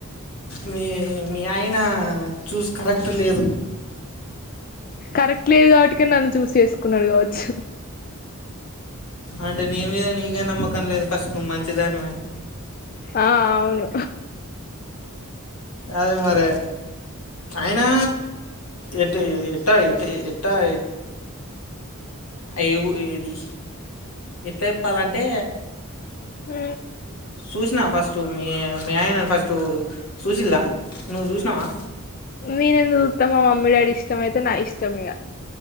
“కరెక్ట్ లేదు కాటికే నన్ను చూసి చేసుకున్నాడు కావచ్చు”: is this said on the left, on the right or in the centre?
Left